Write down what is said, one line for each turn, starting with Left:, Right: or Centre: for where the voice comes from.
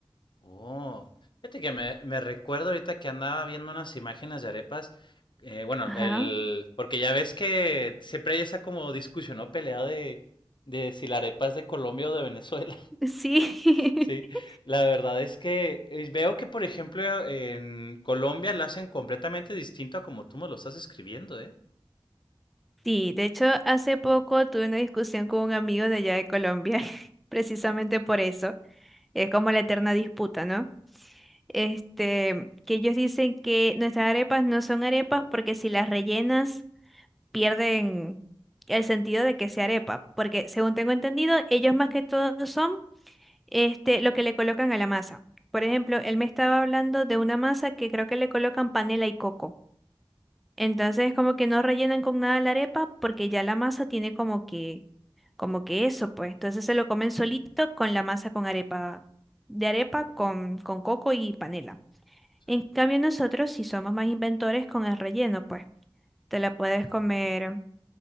Left: Oh, fíjate que me, me recuerdo ahorita que andaba viendo unas imágenes de arepas. eh, bueno,
Centre: Ajá,
Left: el, porque ya ves que siempre hay esa como discusión o pelea de, de si la arepa es de Colombia o de Venezuela. <laughs>
Centre: sí.
Left: Sí,
Centre: <laughs>
Left: la verdad es que eh, veo que, por ejemplo, en Colombia la hacen completamente distinto a como tú me lo estás escribiendo, ¿eh?
Centre: Sí, de hecho, hace poco tuve una discusión con un amigo de allá de Colombia, <laughs> precisamente por eso Es como la eterna disputa, ¿no? Este, que ellos dicen que nuestras arepas no son arepas porque si las rellenas pierden el sentido de que sea arepa, porque según tengo entendido, ellos más que todo son este lo que le colocan a la masa. Por ejemplo, él me estaba hablando de una masa que creo que le colocan panela y coco. Entonces como que no rellenan con nada la arepa porque ya la masa tiene como que, como que eso, pues. Entonces se lo comen solito con la masa con arepa, de arepa con, con coco y panela.
Left: O sea,
Centre: En cambio nosotros si somos más inventores con el relleno, pues. Te la puedes
Left: ah,
Centre: comer